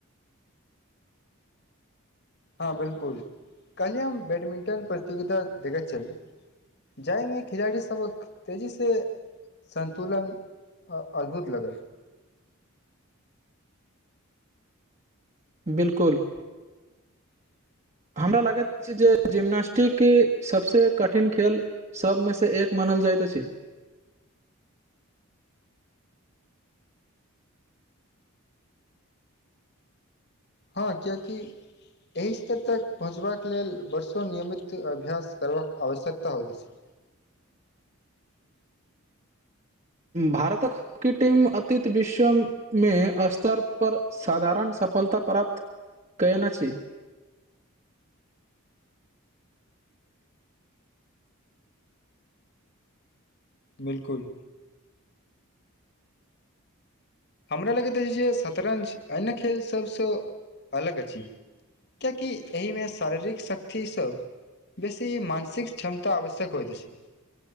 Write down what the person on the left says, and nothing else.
हँ बि बिल्कुल काल्हि हम बैडमिंटन प्रतियोगिता देखैत छलहुँ जाहिमे खिलाड़ी सबके तेजी से संन्तुलन अद्भुत लगल
<inaudible>
हँ कियाकि एहि स्तर तक पहुँचबाक लेल वर्षों नियमित अभ्यास करबाक आवश्यकता होइत अछि
बिल्कुल हमरा लगैत अछि जे शतरंज अन्य खेल सभसँ अलग अछि कियाकि एहिमे शारीरिक शक्तिसँ बेसी मानसिक क्षमता आवश्यक होइत अछि